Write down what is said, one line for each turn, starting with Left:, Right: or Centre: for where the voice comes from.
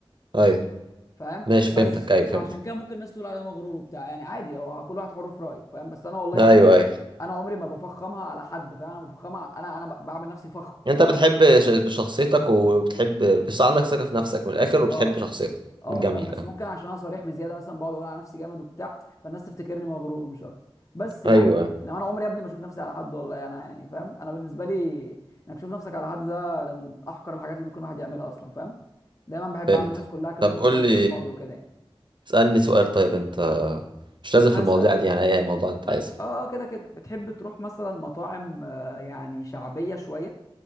Right: ايوه
Left: فاهم
Right: ماشي
Left: بس
Right: فهمتك ايوه
Left: فعشان
Right: فهمتك
Left: كده ممكن الناس تقول عليا مغرور وبتاع يعني عادي هو كل واحد حر في رايه فاهم بس انا والله يا
Right: ايوه
Left: ابني
Right: ايوه
Left: انا عمري ما بفخمها على حد فاهم انا بفخمها انا انا ب- بعمل نفسي فخم
Right: انت بتحب
Left: انا فخم
Right: ش- شخصيتك وبتحب بس عندك ثقة في نفسك من الاخر وبتحب
Left: اه
Right: شخصيتك
Left: اه
Right: جميل
Left: فاهم بس
Right: أوي
Left: ممكن عشان انا صريح بزياده مثلا بقعد اقول على نفسي جامد وبتاع فالناس تفتكرني مغرور مش اكتر بس يعني
Right: ايوه أيوة.
Left: انما انا عمري يا ابني ما اشوف نفسي على حد والله انا يعني فاهم انا بالنسبه لي انك تشوف نفسك على حد ده ده من احقر الحاجات اللي ممكن الواحد يعملها اصلا فاهم دايما بحب
Right: فهمت
Left: اعمل الناس كلها كانهم
Right: طب
Left: اخواتي
Right: قول لي
Left: واصحابي وكده يعني
Right: اسألني سؤال طيب انت مش لازم
Left: هسألك
Right: في المواضيع دي يعني اي موضوع انت عايزه
Left: اه آه، كده كده بتحب تروح مثلا مطاعم آه، يعني شعبيه شويه